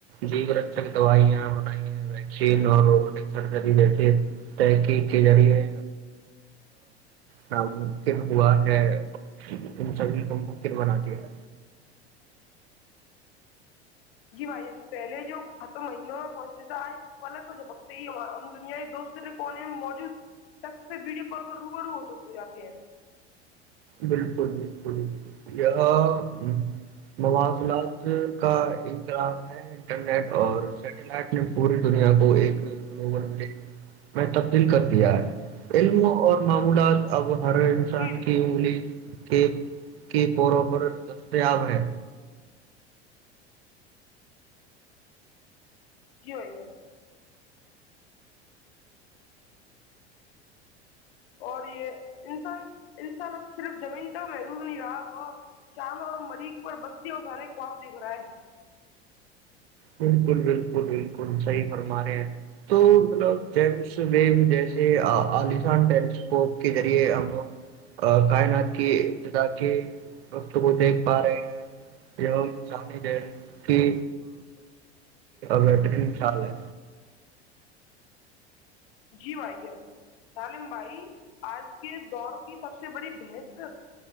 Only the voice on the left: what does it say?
جی بھائی پہلے جو ختم مہینوں میں پہنچے تھ آج فلق ہو ج بکتے یہ ہم دنیا دوسرے کونے میں موجود شخص سے ویڈیو کال پر روب رو ہو سکتے جاتے ہیں
جی
جی ہویا اور یہ انسان انسان اب صرف زمین تک محدوظ نہیں رہا وہ شاند اور مریخ پر بستی اور گانے خواب دیکھ رہا ہے
جی بھائی سالم بھائی آج کے دور کی سب سے بڑی بحث